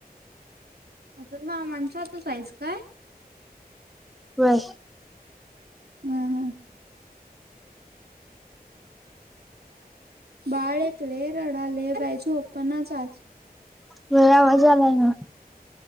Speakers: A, on the right (about 80°); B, in the centre.
A: अजून मामांच्यातच आहेस काय.
B: व्हय.
A: ह ह. बाळ एक लै रडालय बाई झोपनाच आज.
B: व्हय आवाज यालाय नवं